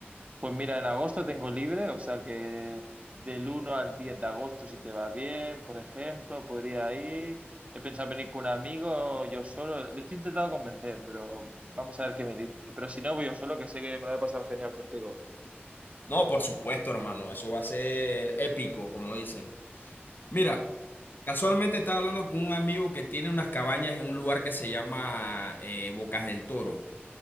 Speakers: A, on the right; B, on the left.
A: Pues mira, en agosto tengo libre, o sea que del uno al 10 de agosto, si te va bien, por ejemplo, podría ir. He pensado venir con un amigo, yo solo. Lo estoy intentando convencer, pero vamos a ver qué me dice. Pero si no, voy yo solo, que sé que me lo voy a pasar genial contigo.
B: No, por supuesto, hermano, eso va a ser épico, como dicen. Mira. Casualmente estaba hablando con un amigo que tiene unas cabañas en un lugar que se llama eh, Bocas del Toro.